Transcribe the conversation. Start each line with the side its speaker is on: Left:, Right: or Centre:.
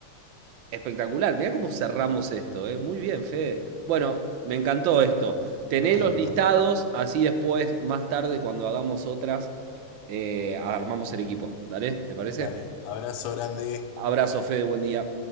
Right: Espectacular, mirá cómo cerramos esto, ¿eh? Muy bien, Fede. Bueno, me encantó esto. Tené
Left: Mira
Right: los
Left: que me
Right: listados,
Left: encantó.
Right: así después, más tarde, cuando hagamos otras, eh, armamos el equipo. ¿Dale? ¿Te parece?
Left: Dale, abrazo grande.
Right: Abrazo, Fede, buen día.